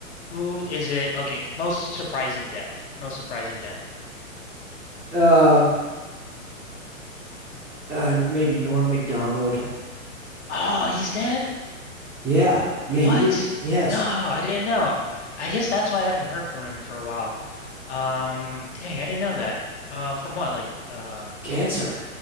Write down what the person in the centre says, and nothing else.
Um, uh, maybe Norm Macdonald.
Yeah, yeah.
You did. Yes,
cancer.